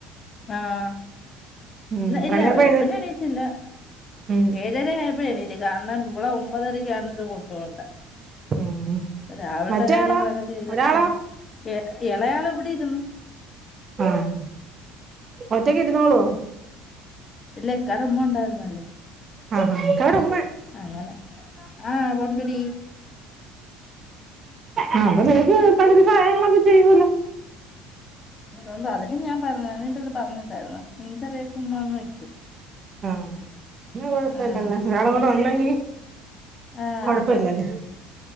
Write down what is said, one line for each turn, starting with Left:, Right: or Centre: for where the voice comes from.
Left: ആഹ
Right: ഉം എത്രണിയായപ്പോ
Left: ഇല്ല വെളുപ്പിന
Right: എഴുന്നേറ്റ്
Left: എണീച്ചില്ല.
Right: ഉം
Left: ഏഴര ആയപ്പോഴാണ് എണീറ്റത് കാരണം ഇവളെ ഒമ്പതരക്കാണ് ഇത് കൊണ്ട പോണ്ടേ?
Right: ഉം
Left: രാവിലത്തെ
Right: മറ്റേ
Left: കാര്യങ്ങളൊക്കെ
Right: ആളോ
Left: ചെയ്തിട്ട്
Right: ഒരാളോ
Left: പിന്നെ എ ഇളയാള എവിടെ ഇരുന്നു.
Right: ആഹ ഒറ്റക്കിഇരുന്നോളുവോ?
Left: ഇല്ലേ ഇക്കാടെമ്മ ഉണ്ടായിരുന്നല്ലേ.
Right: ആഹ ആാ ഇക്കാടെമ്മ.
Left: അങ്ങനെ ആ പൊണ്ടടി.
Right: ആ അപ്പ നിനക്ക് പകുതി സഹായങ്ങളൊക്കെ ചെയ്യൂലോ.
Left: അൊണ്ട് അതില് ഞാൻഞ്ഞീ അത് പറഞ്ഞിില്ലായിുന്ന നിനക്ക്റിയുമ ഉ്ന്ന് വ
Right: ആഹ കൊഴപ്പല്ലല്ല
Left: ആഹ്
Right: ഒരാളുടെ ഉണ്ടെങ്കി
Left: ആഹ്
Right: കൊഴപ്പല്ലല്ലോ
Left: അതാ